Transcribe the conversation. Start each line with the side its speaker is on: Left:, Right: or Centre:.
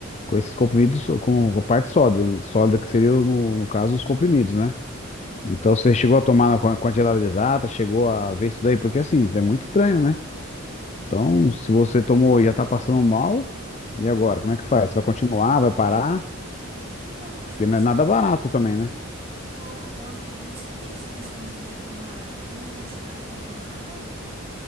Left: com esses comprimidos, com a parte sólida, sólida que seria, no, no caso, os comprimidos, né? Então você chegou a tomar na quan- quantidade exata, chegou a ver isso daí, porque assim, é muito estranho, né? Então, se você tomou e já tá passando mal, e agora? Como é que faz? Você vai continuar, vai parar?
Right: Então, mas
Left: Porque
Right: eu não
Left: não
Right: sabia.
Left: é nada barato também, né?
Right: Ô, ô, amigo, eu não sabia essa questão de ter que tomar água. Tem uma quantidade para tomar água?